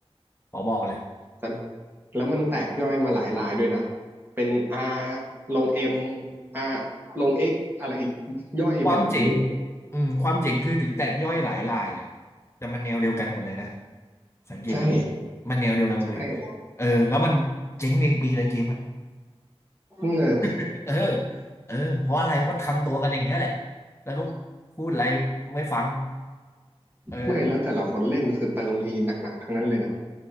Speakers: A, on the left (about 25°); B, on the right (about 20°).
A: ขอบอกเลย
B: จันแล้วมันแตกย่อยมาหลายลายด้วยนะเป็น R ลง M R ลง X อะไรอีกย่อยแบบโอ้โห
A: ความเจ๋งอืมความเจ๋งคือถึงแตกย่อยหลายรายอ่ะแต่มันแนวเดียวกันหมดเลยนะ สังเกตดีๆมันแนวเดียวกันเลย
B: ใช่ ใช่
A: เออแล้วมันเจ๊งเรียงปีเลยเกมอ่ะ
B: เออ
A: <laughs> เออเออเพราะอะไรเพราะทำตัวกันอย่างเงี้ยแหละแล้วก็พูดอะไรไม่ฟังเออ
B: ไม่แล้วแต่ละคนเล่นคือเติมทีหนักๆทั้งนั้นเลยเนาะ